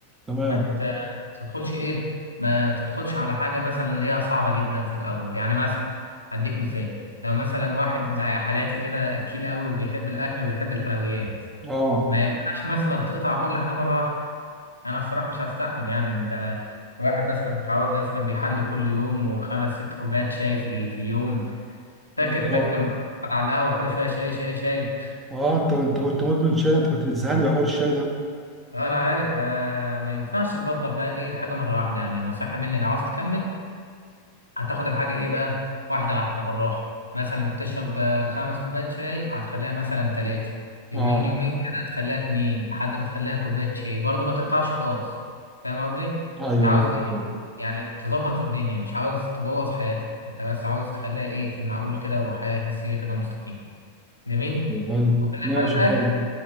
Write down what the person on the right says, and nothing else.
تمام
اه
بالظبط
اه انت انت كنت مدمن شاي ده انت كنت بتزهقني بحوار الشاي ده
اه
ايوه
ايوه
بالظبط
ايوه
ماشي
حلو